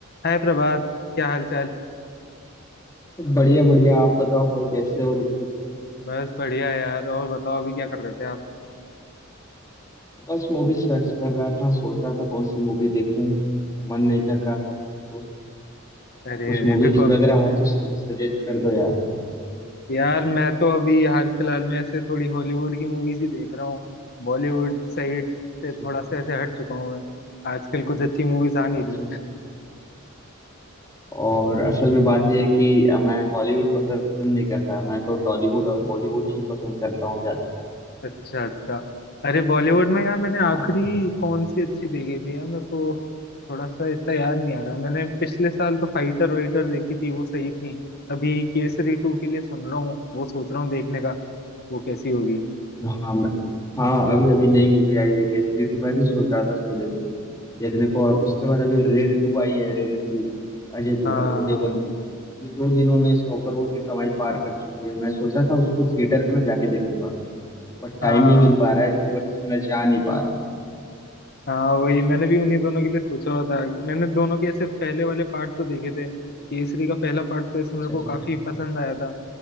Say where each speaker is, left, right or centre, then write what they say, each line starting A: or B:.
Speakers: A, on the left; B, on the left.
A: हाय प्रभात क्या हाल चाल
B: बढ़िया बढ़िया आप बताओ भाई कैसे हो रिकी
A: बस बढ़िया यार और बताओ अभी क्या कर रहे थे आप
B: बस मूवी सर्च कर रहा था सोच रहा था कौन सी मूवी देखूं मन नहीं लग रहा था तो
A: अरे
B: कुछ
A: अरे
B: मूवीज
A: देखो
B: वगैरह है तो सजेस्ट कर दो यार
A: यार मैं तो अभी हाल फिलहाल में ऐसे थोड़ी हॉलीवुड की मूवीज ही देख रहा हूँ बॉलीवुड साइड से
B: अच्छा
A: थोड़ा सा ऐसे हट चुका हूँ मैं आजकल कुछ अच्छी मूवीज आ नहीं
B: अच्छा
A: रही
B: और असल में बात यह है कि अ, मैं हॉलीवुड पसंद नहीं करता मैं तो टॉलीवुड और बॉलीवुड ही पसंद करता हूँ ज्यादा
A: अच्छा अच्छा अरे बॉलीवुड में यार मैंने आखिरी
B: हाँ
A: कौन सी अच्छी देखी थी यार मेरे को थोड़ा सा इतना याद नहीं आ रहा मैंने पिछले साल तो फाइटर वाइटर देखी थी वो सही थी अभी केसरी टू के लिए सुन रहा हूँ वो सोच रहा हूँ देखने का वो कैसी होगी
B: हाँ मैं- हाँ अभी अभी नई मूवी आई है केसरी टू मैं भी सोच रहा था उसको देखने देखने को और उसके बाद अभी रेड टू आई है रेड टू अजय देव-
A: हाँ
B: देवगन की ये दो दिनों में सौ करोड़ की कमाई पार कर चुकी है मैं सोचा था उसको थिएटर में जाके देखूंगा बट टाइम
A: हाँ
B: नहीं मिल पा रहा है इसकी वजह से मैं जा नहीं पा रहा हूँ
A: हाँ वही मैंने भी उन्हीं दोनों के लिए सोचा हुआ था मैंने दोनों के ऐसे पहले वाले पार्ट तो देखे थे केसरी का पहला पार्ट तो ऐसे
B: अच्छा
A: मेरे को
B: अच्छा
A: काफी पसंद आया था